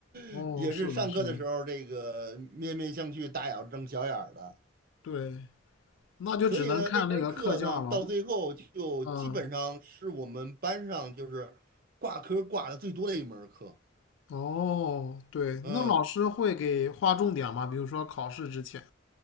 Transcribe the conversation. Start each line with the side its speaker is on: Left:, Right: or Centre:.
Left: 哦，
Right: <laughs> 也是上课的时候这个面面相觑、
Left: 是的，是的，
Right: 大眼瞪小眼儿的。
Left: 对，那就只能看那个课件儿了，
Right: 所以呢，那门课呢，到最后就基本上是我们班上就是挂科挂的最多的一门课。
Left: 嗯，哦，对，
Right: 嗯，
Left: 那老师会给划重点吗？比如说考试之前，